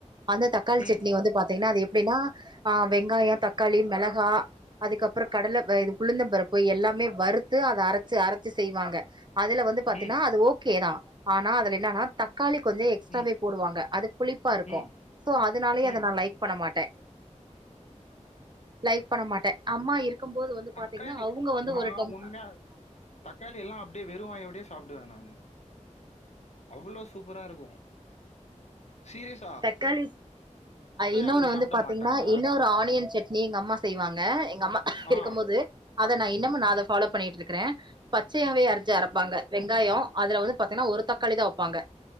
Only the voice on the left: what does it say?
ம்
ம்
ம்
ம்
ம்
தக்காளி
நான்
உண்மையா தக்காளி எல்லா அப்டே வெறுவாயோடயே சாப்டுவ நானு அவ்ளோ சூப்பரா இருக்கு சீரியஸ்
அது
சாப்ட
மாட்டாங்க
ஆ